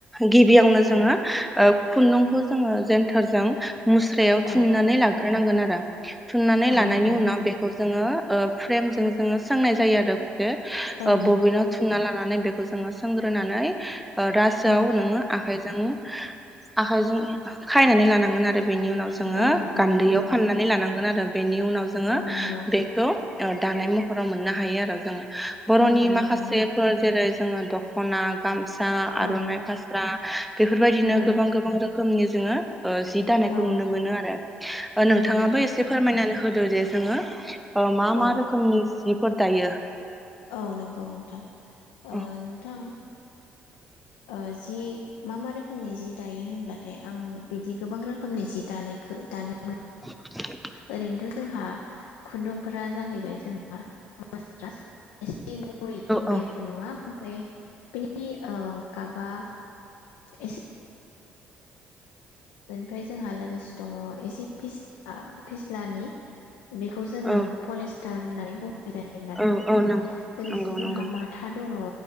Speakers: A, in the centre; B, on the left.
A: गिबियावनो जोङो
B: औ
A: ओ खुन्दुंखौ जोङो जेेनथोरजों मुस्रायाव थुननानै
B: औ
A: लाग ग्रोनांगोन आरो थुननानै
B: औ
A: लानायनि
B: नंगौ
A: उनाव
B: नोंथां
A: बेखौ जोङो ओ फ्रेमज जों जोङो सोंनाय जायो आरो ओ
B: औ
A: अ
B: नंगौ
A: बबिनाव थुनना लानानै बेखौ जोङो सोंग्रोनानै ओ रासोआव
B: औ
A: नोङो आखाइज जों आखायजों खायनानै लान नांगोन आरो बेनि उनाव जोङो
B: औ नंगौ
A: गान्दैयाव
B: नोंथां
A: फाननानै
B: औ
A: लानांगोन आरो बेनि उनाव जोङो
B: औ नंगौ
A: बेखौ ओद दानाय महराव मोननो हायो आरो जोङो बर'नि
B: नंगौ नोंथां
A: माखासेफोर जेरै जोङो दख'ना गामसा आरनाइ
B: औ
A: फास्रा बेफोरबायदिनो
B: नंगौ
A: गोबां गोबां रोख खोमनि जोङो ओ जि दानायखौ
B: औ
A: नुनो मोनो आरो ओ
B: नंगौ
A: नोंथाङाबो
B: नोंथां
A: एसे फोरमायनानै हो होदो जे जोङो ओ मा
B: औ
A: मा रोख <unintelligible> जिफोर दायो
B: औ नोंगौ नोंथां ओ
A: औ
B: नोंथां ओ जि मा मा रोखोमनि जि दायो होनब्लाथाय आं बिदि गोबां रोखोमनि जि दानायखो दानो मो
A: <inaudible>
B: ओरैनोथ' जोंहा खुन्दुंफोरा जाहैबाय जोंहा मासरास एस से गुरै
A: औ
B: बे खुन्दुंआ ओमफ्राय बेनि आ गाबा एसे <inaudible> बेनिफ्राय जोंहा लोगोसे दङ एसे फिस्ला फिस्लानि बेखौ जोङो
A: औ
B: पलिस थार होननानै बु नाय जायो
A: औ औ नंगौ
B: लोगोसे
A: नंगौ
B: जोंहा
A: नंगौ
B: माथा दङ